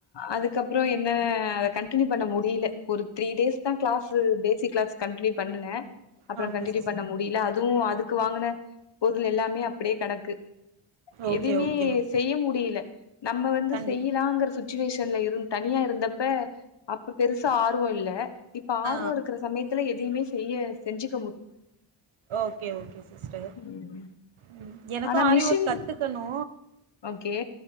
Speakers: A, on the left (about 55°); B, on the right (about 75°).
A: அதுக்கப்புறோ என்ன அத கண்டினியூ பண்ண முடியில ஒரு த்ரீ டேஸ்தா கிளாஸ்சு பெசிக் கிளாஸ்சு கன்டினியூ பண்ணுன அப்றோ
B: ஆ ஓகே
A: கண்டனியூ
B: சிஸ்
A: பண்ண முடியில அதுவு அதுக்கு வாங்குன பொருளு எல்லாமே அப் ப்டியே கடக்கு
B: ஓகே
A: எதுமே
B: ஓகே ஓகே
A: செய்ய முடியில நம்ம வந்து
B: கண்டிப்
A: செய்யிலங்கற சுச்சுவேஷன்ல இருந் தனியா இருந்தப்ப அப்ப பெருசா ஆர்வோ இல்ல இப்ப ஆருவோ
B: ஆ
A: இருக்குற சமயத் துல எதியுமே செய்ய செஞ்சுக்
B: ஓகே ஓகே சிஸ்டர்
A: ம்
B: ம் எனக்கு
A: ஆனா
B: ஆரி
A: மிஷின்
B: ஒர்க் கத்துக்கணு
A: ஓகே